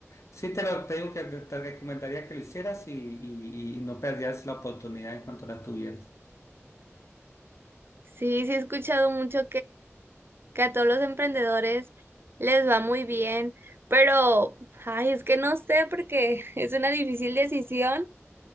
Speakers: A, on the left (about 80°); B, on the right (about 50°).
A: sí te lo te digo que te recomendaría que lo hicieras y, y- y no perdieras la oportunidad en cuanto la tuvieras.
B: Sí, sí he escuchado mucho que a todos los emprendedores les va muy bien, pero, ay, es que no sé porque <laughs> es una difícil decisión,